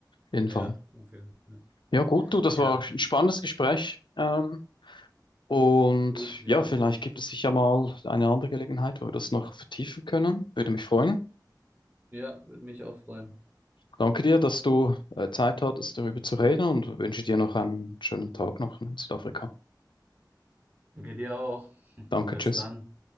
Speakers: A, on the left (about 90°); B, on the right (about 20°).
A: jeden
B: ja,
A: Fall.
B: auf jeden Fall.
A: Ja, gut, du, das
B: Ja,
A: war ein spannendes Gespräch. Ähm, und
B: gut, ja,
A: ja, vielleicht gibt es sicher mal eine andere Gelegenheit, wo wir das noch vertiefen können. Würde mich freuen.
B: ja, würde mich auch freuen.
A: Danke dir, dass du äh, Zeit hattest, darüber zu reden und wünsche dir noch einen schönen Tag noch in Südafrika.
B: Danke dir auch.
A: Danke,
B: Bis
A: tschüss.
B: dann.